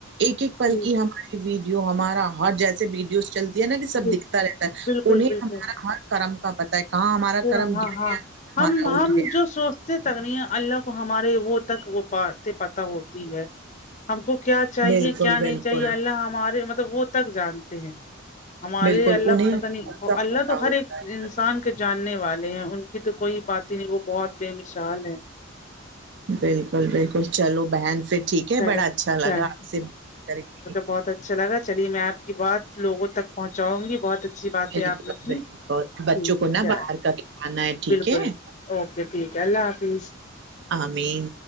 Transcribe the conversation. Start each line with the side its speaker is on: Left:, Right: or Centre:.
Right: ایک ایک پل
Left: جی
Right: کی ہماری ویڈیو ہمارا ہر جیسے ویڈیوز چلتی ہے نا یہ سب
Left: جی
Right: دکھتا رہتا ہے
Left: بالکل
Right: انہیں
Left: بالکل
Right: ہمارا ہر کرم کا پتا ہے کہاں ہمارا
Left: پورا
Right: کرم
Left: ہاں ہاں
Right: گیا ہمارا
Left: ہم ہم
Right: اٹھ گیا
Left: جو سوچتے تک نہیں اللہ کو ہمارے وہ تک وہ پار پتہ ہوتی ہے ہم کو کیا چاہیے
Right: بالکل
Left: کیا
Right: بالکل
Left: نہیں چاہیے اللہ ہمارے مطلب وہ تک جانتے ہیں ہمارے
Right: بالکل
Left: اللہ
Right: انہیں
Left: پتہ نہیں
Right: سب
Left: اللہ
Right: پتا
Left: تو ہر
Right: ہوتا
Left: ایک
Right: ہے
Left: انسان کے کرنے والے ہیں ان کی تو کوئی بات ہی نہیں وہ بہت بے مثال ہے
Right: بالکل بالکل چلو بہن پھر ٹھیک ہے
Left: چلے
Right: بڑا اچھا لگا
Left: چل
Right: آپ سے کر کے
Left: بہت اچھا لگا چلیے میں آپ کہ بات لوگوں تک پہنچاؤں گی بہت اچھی بات ہے
Right: بالکل
Left: آپ نے کی
Right: بالکل بچوں
Left: <unintelligible>
Right: کو نا باہر کا کھلانا ہے ٹھیک
Left: بالکل
Right: ہے
Left: اوکے ٹھیک ہے اللہ حافظ
Right: آ مین